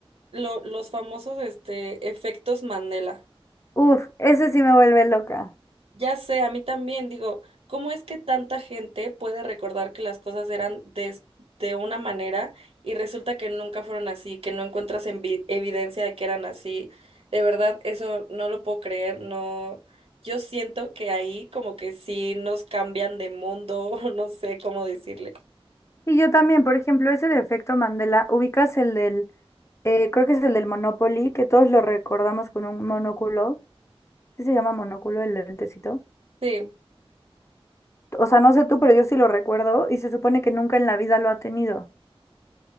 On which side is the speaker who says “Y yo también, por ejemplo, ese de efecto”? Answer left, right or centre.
Left